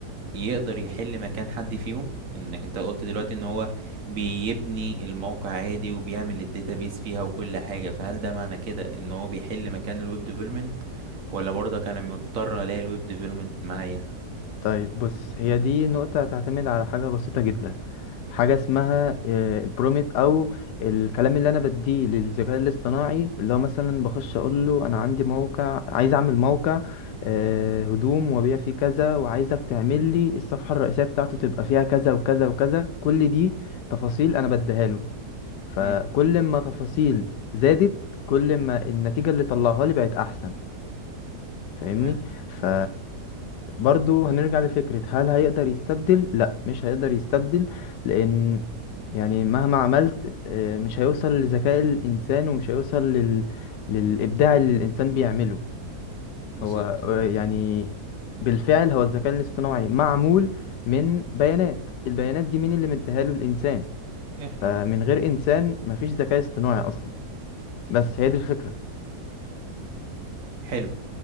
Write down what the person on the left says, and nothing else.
طيب بص هي دي نقطة هتعتمد على حاجة بسيطة جدا حاجة اسمها آه، البروميت أو الكلام اللي أنا بديه للذكاء الاصطناعي اللي هو مثلا بخش أقول له أنا عندي موقع عايز أعمل موقع آه، هدوم وأبيع فيه كذا وعايزك تعمل لي الصفحة الرئيسية بتاعته تبقى فيها كذا وكذا وكذا كل دي تفاصيل أنا بديها له فكل
ما تفاصيل زادت كل ما النتيجة اللي طلعها لي بقت أحسن فاهمني
ف برضو هنرجع لفكرة هل هيقدر يستبدل لا مش هيقدر يستبدل لأن يعني مهما عملت آه، مش هيوصل لذكاء الإنسان ومش هيوصل لل... للإبداع اللي الإنسان بيعمله
هو آه، يعني بالفعل هو الذكاء الاصطناعي معمول من بيانات البيانات دي مين اللي مديها له الإنسان
فمن
غير إنسان مفيش ذكاء اصطناعي أصلا بس هي دي الفكرة